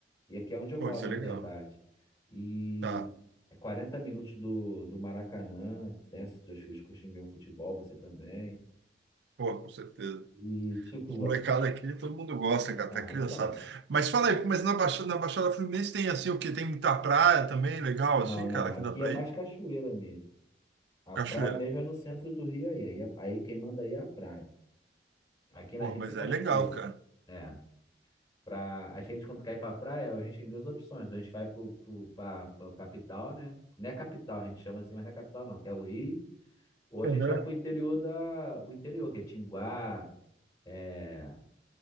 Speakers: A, on the left (about 20°); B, on the right (about 80°).
A: E aqui é onde eu
B: pô,
A: moro,
B: isso
A: na
B: é legal.
A: verdade. E
B: Tá,
A: é 40 minutos do, do Maracanã, né? Se seus filhos curtem ver um futebol, você também.
B: pô, com certeza.
A: E tipo,
B: Os molecados aqui, todo mundo gosta, cara,
A: ah,
B: até criançada.
A: então.
B: Mas fala aí, mas na Baixada, na Baixada Fluminense tem assim o quê? Tem muita praia também, legal,
A: Não,
B: assim,
A: não,
B: cara, que
A: aqui
B: dá pra
A: é mais
B: ir?
A: cachoeira mesmo. A
B: Cachoeira.
A: praia mesmo é no centro do Rio aí. Aí, aí quem manda aí é a praia. Aqui na
B: Porra,
A: gente
B: mas
A: é cachoeira.
B: é legal, cara.
A: É. Pra... A gente, quando cai pra praia, a gente tem duas opções. Ou a gente vai pro, pro, pra, pra capital, né? Não é capital, a gente chama assim, mas não é capital, não, que é o Rio. Ou
B: Uhum.
A: a gente vai pro interior da. O interior, que é Tinguá, é...